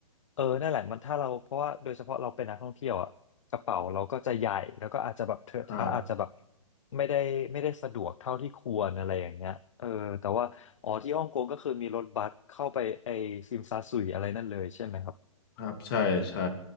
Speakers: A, on the left; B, on the left.
A: เออนั่นแหละมันถ้าเราเพราะว่าโดยเฉพาะเราเป็นนักท่องเที่ยวอ่ะกระเป๋าเราก็จะใหญ่แล้วก็อาจจะแบบเทอะทะอาจจะแบบ
B: ครับ
A: ไม่ได้ไม่ได้สะดวกเท่าที่ควรอะไรอย่างเงี้ยเออแต่ว่าอ๋อที่ฮ่องกงก็คือมีรถบัสเข้าไปไอซิมซาสุยอะไรนั่นเลยใช่ไหมครับ
B: ครับใช่ใช่